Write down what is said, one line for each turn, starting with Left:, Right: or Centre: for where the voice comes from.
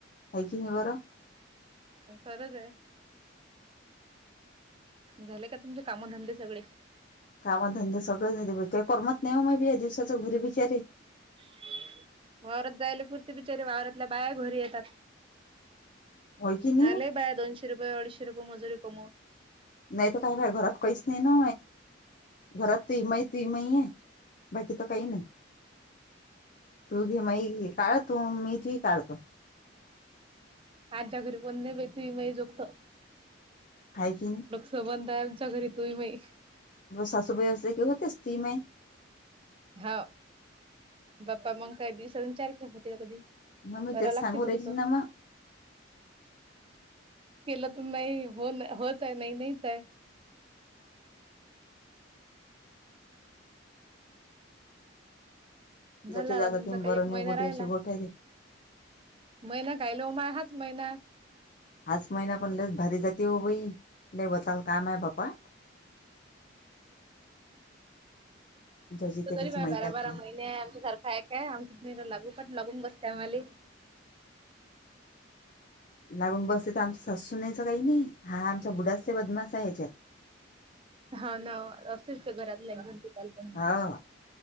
Left: हाय कि नाही बरं
Right: खरंच आहे झाले का तुमचे कामधंदे सगळे
Left: कामधंदे सगळें झाले पाजे काही करमत नाही हो मेबी या दिवसाच घरी बीचारे
Right: <inaudible> वर जायला पुुरते बिचारीे वावरातल्या बाया घोरी येतात
Left: होय की नाही
Right: हाले बाया दोनशे रुपये, अडीचशे रुपये मजुरी कमवून
Left: नाही तर काय बाय घरात कहीस नाही ना घरात तू महि तु मही आहे बाकी त काही नाही. तू घे म काढ तू मी तूही काढतो.
Right: आच्या घरी पन नाही ब त मही जोगत
Left: हाय की
Right: सबंध आहे आमच्या घरी तुहि मई
Left: सासू व्यवसाय क होते स्त्रीमय
Right: हा बाप्पा मग काय दिवस चार खेप होते कधी?
Left: मग मी
Right: करा
Left: तेच
Right: लागते
Left: सांगू
Right: फक्त
Left: राहिली ना मग
Right: केलं तर नाही हो होच आहे नाही नाहीच आहे झाला
Left: जठे जाता
Right: ना तुमचा
Left: ते
Right: काही
Left: बरं
Right: एक महिना
Left: नाही गोटी
Right: राहिला
Left: अशी गोठ आहे
Right: महिना कायल लोमा हाच महिना
Left: आज महिना पण लस भारी जाते हो बाई लवताल काम आहे बाप्पा ज्याची त्यालाच
Right: तरी बाय
Left: माहित
Right: बारा,
Left: आहे
Right: बारा
Left: काय
Right: महिने आमच्या सारख काय काय आमच तुम्ही लागू पण लागून बसते आम्हाली
Left: लागून बसले तर आमचा सासू नच काही नाही हा आमचा बुडा असले बदमाश ह्याच्यात.
Right: हा ना असेच ते घरात ल एकण ते चाल पण
Left: हा